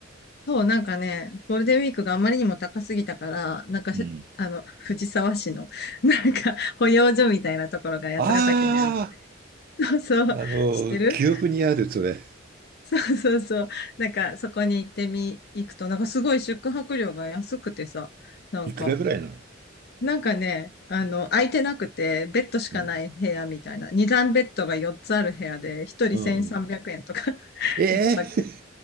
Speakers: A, on the left; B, on the right.
A: そう、なんかね、ゴールデンウィークがあまりにも高すぎたから、なんかあの、
B: うん。
A: 藤沢市の、<laughs> なんか、保養所みたいなところが八ヶ岳にある。
B: あ
A: <laughs> そうそう、
B: あ、あの、
A: 知ってる
B: 記憶にある、それ。
A: <laughs> そうそう。なんか、そこに行ってみ、行くと、なんかすごい宿泊料が安くてさ、なんか、
B: いくらぐらいなの
A: なんかね、あの、空いてなくて、ベッドしかない部屋みたいな、
B: うん。
A: 二段ベッドが4つある部屋で、一人1300円とか、
B: うんうん。
A: <laughs>
B: ええ
A: 一泊。